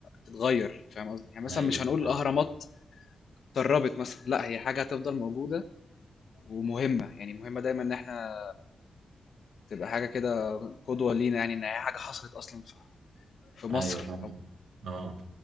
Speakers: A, on the left (about 70°); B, on the right (about 90°).
A: تتغير فاهم قصدي يعني مثلا
B: ايوه
A: مش هنقول
B: فاهم
A: الأهرامات اتدربت مثلا لا هي حاجة هتفضل موجودة ومهمة يعني مهمة دايما إن احنا تبقى حاجة كده قدوة لينا يعني إن هي حاجة حصلت أصلا في في مصر
B: ايوه فاهم
A: أو
B: اه